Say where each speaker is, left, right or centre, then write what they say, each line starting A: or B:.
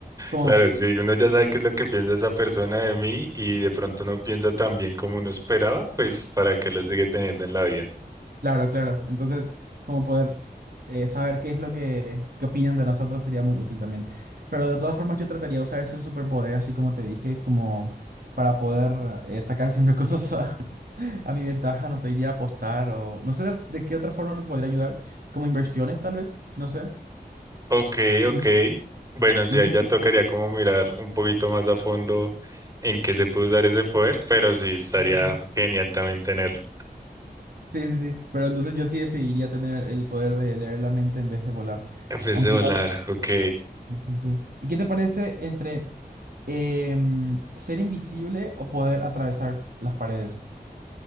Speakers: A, on the right (about 65°); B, on the right (about 20°).
A: Como,
B: Claro, sí, uno ya sabe qué es lo que piensa esa persona de mí y de pronto no piensa tan bien como uno esperaba, pues para que lo sigue teniendo en la vida.
A: Claro, claro. Entonces, como poder eh, saber qué es lo que, qué opinan de nosotros sería muy útil también. Pero de todas formas, yo trataría de usar ese superpoder, así como te dije, como para poder eh, sacar siempre cosas a, <laughs> a mi ventaja. No sé, iría a apostar o no sé de, de qué otra forma me podría ayudar. Como inversiones, tal vez. No sé.
B: Ok, ok.
A: Mm.
B: Bueno, sí,
A: Ujú.
B: ahí ya tocaría como mirar un poquito más a fondo en qué se puede usar ese poder, pero sí, estaría
A: Ok.
B: genial también tenerlo.
A: Sí, sí, sí. Pero entonces yo sí decidiría tener el poder de leer la mente en vez de volar.
B: En vez
A: Aunque
B: de volar,
A: igual.
B: ok.
A: sí, sí. sí. ¿Y qué te parece entre Em, ¿ser invisible o poder atravesar las paredes?